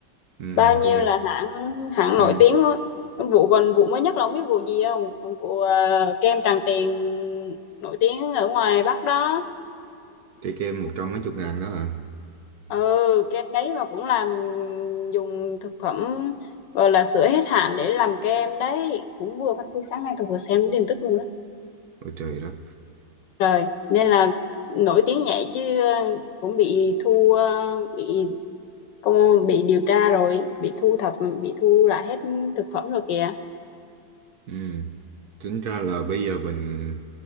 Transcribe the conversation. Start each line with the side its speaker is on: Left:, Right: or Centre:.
Right: ừ,
Left: bao nhiêu
Right: tôi nghĩ
Left: là hãng hãng
Right: ừ,
Left: nổi tiếng thôi vụ còn vụ mới nhất là không biết vụ gì không vụ ờ, kem Tràng Tiền nổi tiếng ở ngoài Bắc đó
Right: cái kem một trăm mấy chục ngàn đó à
Left: ừ kem đấy mà cũng làm dùng thực phẩm gọi là sữa hết hạn để làm kem đấy cũng vừa phanh phui sáng nay tôi vừa xem tin tức luôn đó
Right: ôi trời đất
Left: rồi nên là nổi tiếng vậy chứ ờ, cũng bị thu ờ, bị công bị điều tra rồi bị thu thập bị thu lại hết thực phẩm rồi kìa
Right: Ừ. Tính ra là bây giờ mình